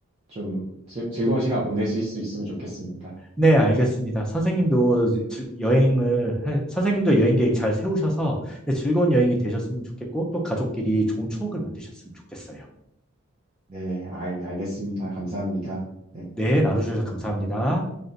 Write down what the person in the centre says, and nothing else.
네,
알겠습니다. 선생님도
즐- 여행을, 해- 선생님도 여행 계획 잘 세우셔서 네, 즐거운 여행이 되셨으면 좋겠고, 또 가족끼리 좋은 추억을 만드셨으면 좋겠어요.
네, 나눠주셔서 감사합니다.